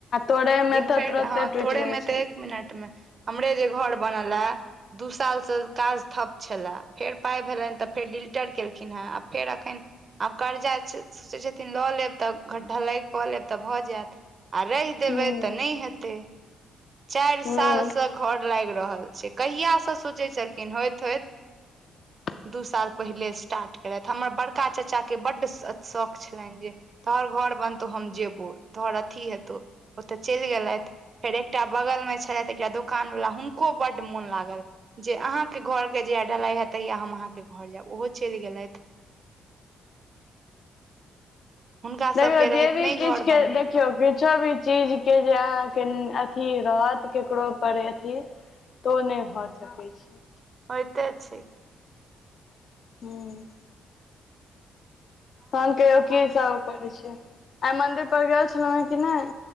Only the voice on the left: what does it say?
तोड़े मे
तऽ तुरते
टूटि
जाइ
छै
हूं
हूं
<inaudible>
देखयो
जे
भी
किछ
देखियो किछ भी चीज के जे अहाँ के अथी रहत केकरो पर अथी तो नहि भऽ सकैत छै
हूँ तहन कहियौ की सब करै छै आइ मंदिर पर गेल छलहुँ हें कि नहि